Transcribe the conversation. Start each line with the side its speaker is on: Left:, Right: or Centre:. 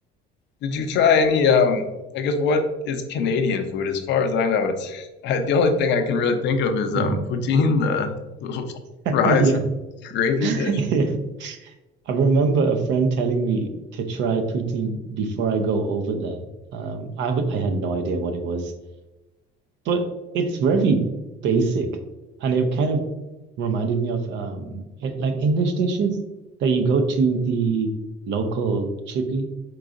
Left: Did you try any? Um, I guess what is Canadian food? As far as I know, it's I, the only thing I can really think of is
Right: Mm-hmm.
Left: um poutine, the little <laughs>
Right: <laughs>
Left: fries
Right: Yeah.
Left: and gravy
Right: <laughs>
Left: dish.
Right: Yeah. I remember a friend telling me to try poutine before I go over there. Um, I w I had no idea what it was, but it's very basic, and it kind of reminded me of um it, like English dishes that you go to the local chippy